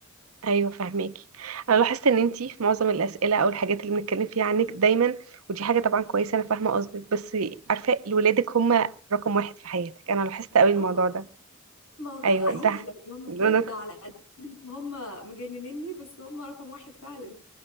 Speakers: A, on the right; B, on the left.
A: ايوه فاهماكي انا لاحظت ان انت في معظم الاسئله او الحاجات اللي بنتكلم فيها عنك دايما ودي حاجه طبعا كويسه انا فاهمه قصدك بس عارفه ولادك هم رقم واحد في حياتك انا لاحظت قوي الموضوع
B: اه
A: ده
B: ما هو ده
A: ايوه
B: حقيقي
A: ده
B: يعني هم بجد
A: انا
B: على قد ما هم مجننني بس هم رقم واحد فعلا